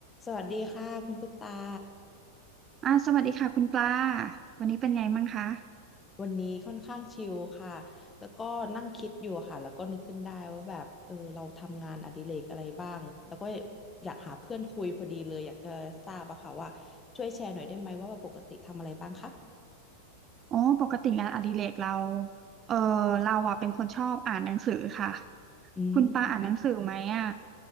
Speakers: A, on the left; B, on the right.
A: สวัสดีค่ะคุณตุ๊กตา
B: อ่าสวัสดีค่ะคุณปลาวันนี้เป็นไงบ้างคะ
A: วันนี้ค่อนข้างชิลค่ะแล้วก็นั่งคิดอยู่ค่ะแล้วก็นึกขึ้นได้ว่าแบบเออเราทำงานอดิเรกอะไรบ้างแล้วก็อยากหาเพื่อนคุยพอดีเลยอยากจะทราบอะค่ะว่าช่วยแชร์หน่อยได้ไหมว่าปกติทำอะไรบ้างคะ
B: อ๋อปกติงานอดิเรกเราเออเราอ่ะเป็นคนชอบอ่านหนังสือค่ะ
A: อืม
B: คุณปลาอ่านหนังสือไหมอ่ะ